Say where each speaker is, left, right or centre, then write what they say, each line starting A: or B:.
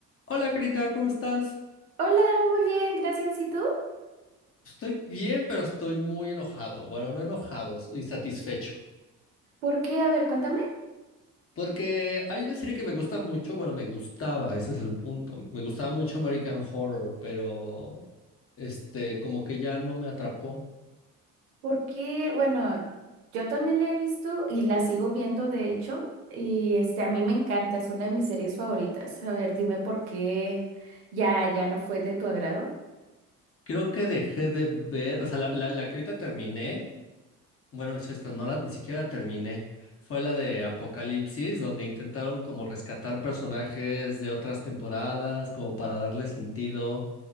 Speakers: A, on the left; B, on the right.
A: Hola, querida, ¿cómo estás?
B: Hola, muy bien, gracias. ¿Y tú?
A: Estoy bien, pero estoy muy enojado. Bueno, no enojado, insatisfecho.
B: ¿Por qué? A ver, cuéntame.
A: Porque hay una serie que me gusta mucho, bueno, me gustaba, ese es el punto. Me gustaba mucho American Horror, pero este, como que ya no me atrapó.
B: ¿Por qué? Bueno, yo también la he visto y la sigo viendo, de hecho, y este, a mí me encanta, es una de mis series favoritas. A ver, dime por qué ya, ya no fue de tu agrado.
A: Creo que dejé de ver, o sea, la, la, la que ahorita terminé, bueno, eso es- no la, ni siquiera la terminé. Fue la de Apocalipsis, donde intentaron como rescatar personajes de otras temporadas, como para darle sentido.